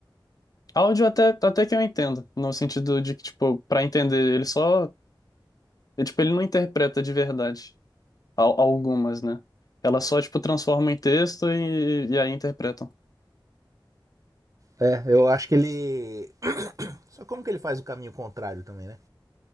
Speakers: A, on the left (about 45°); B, on the right (about 40°).
A: Áudio até, até que eu entendo, no sentido de que, tipo, para entender, ele só, ele, tipo, ele não interpreta de verdade al- algumas, né? Ela só, tipo, transforma em texto e, e aí interpreta.
B: É, eu acho que ele <clears throat> só como que ele faz o caminho contrário também, né?